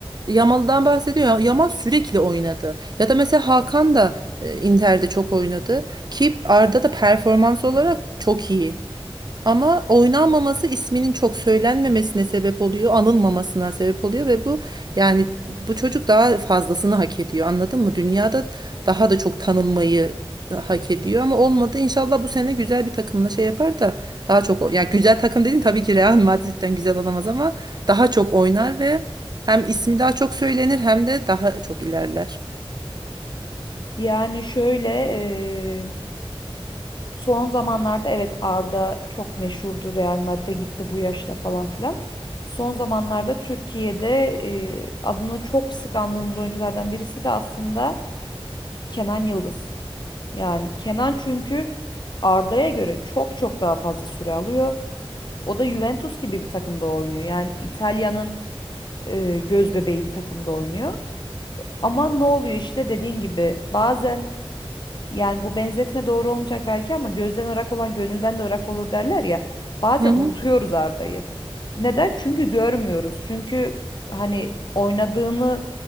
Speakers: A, on the right; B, on the left.
A: Yamal'dan bahsediyor. Ya- Yamal sürekli oynadı. Ya da mesela Hakan da e, Inter'de çok oynadı. Ki Arda da performans olarak çok iyi. Ama oynanmaması isminin çok söylenmemesine sebep oluyor, anılmamasına sebep oluyor ve bu yani bu çocuk daha fazlasını hak ediyor. Anladın mı? Dünyada daha da çok tanınmayı e, hak ediyor ama olmadı. İnşallah bu sene güzel bir takımla şey yapar da daha çok o- yani güzel takım dedim tabii ki Real Madrid'den güzel olamaz ama daha çok oynar ve hem ismi daha çok söylenir hem de daha çok ilerler.
B: Yani şöyle eee, son zamanlarda evet Arda çok meşhurdu Real Madrid'e gitti bu yaşta falan filan. Son zamanlarda Türkiye'de eee, adını çok sık andığımız oyunculardan birisi de aslında Kenan Yıldız. Yani Kenan çünkü Arda'ya göre çok çok daha fazla süre alıyor. O da Juventus gibi bir takımda oynuyor. Yani İtalya'nın eee göz bebeği bir takımda oynuyor. Ama ne oluyor işte dediğin gibi bazen Yani bu benzetme doğru olmayacak belki ama gözden ırak olan gönülden de ırak olur derler ya. Bazen
A: Hı hı.
B: unutuyoruz Arda'yı. Neden? Çünkü görmüyoruz. Çünkü hani oynadığını